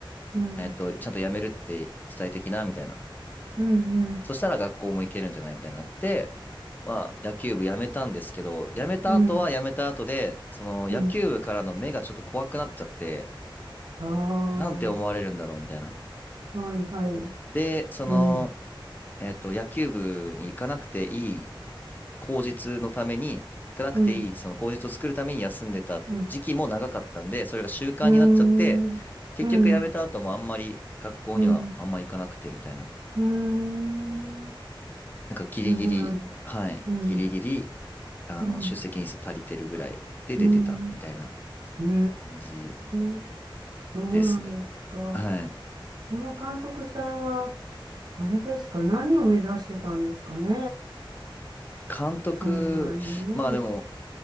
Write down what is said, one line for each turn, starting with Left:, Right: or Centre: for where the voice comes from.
Right: うん、
Left: えっと、ちゃんと辞めるって伝えてきな、みたいな。
Right: うん、うん、
Left: そしたら学校も行けるんじゃないみたいになって、まあ、野球部辞めたんですけど、辞めた後は辞めた後で、
Right: うん、
Left: その、野球部からの目がちょっと怖くなっちゃって、
Right: うん、ああ、
Left: なんて思われるんだろう、みたいな。
Right: はい、はい、
Left: で、その、
Right: うん、
Left: えっと、野球部に行かなくていい口実のために、行かなくていい、
Right: うん、
Left: その口実を作るために休んでた時期も長かったんで、
Right: うん、
Left: それが習慣になっちゃって、
Right: うん、
Left: 結局辞めた後もあんまり学校にはあんま行かなくてみたいな。
Right: うん、うん、うん、
Left: なんかギリギリ、
Right: そうなん、だ
Left: はい、
Right: うん、
Left: ギリギリ、あの、
Right: うん、
Left: 出席日数足りてるぐらいで出てたみたいな
Right: うん、う
Left: 感じ
Right: ん、そうなんですか。
Left: ですね。はい。
Right: その監督さんは、あれですか、何を目指してたんですかね。
Left: 監督、
Right: そんなにね。
Left: まあでも、